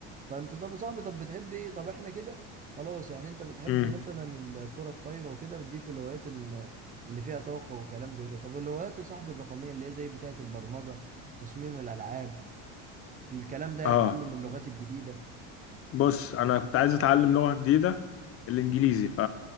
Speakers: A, on the right; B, on the left.
A: فانت طب يا صاحبي طب بتحب ايه طب احنا كده خلاص يعني انت بتحب
B: امم
A: مثلا الكرة الطايرة وكده دي في الهوايات ان- اللي فيها طاقة وكلام زي كده طب الهوايات يا صاحبي الرقمية اللي هي زي بتاعة البرمجة تصميم الألعاب الكلام ده يعني
B: اه
A: تعلم اللغات الجديدة
B: بص انا كنت عايز اتعلم لغه جديده الانجليزي ف...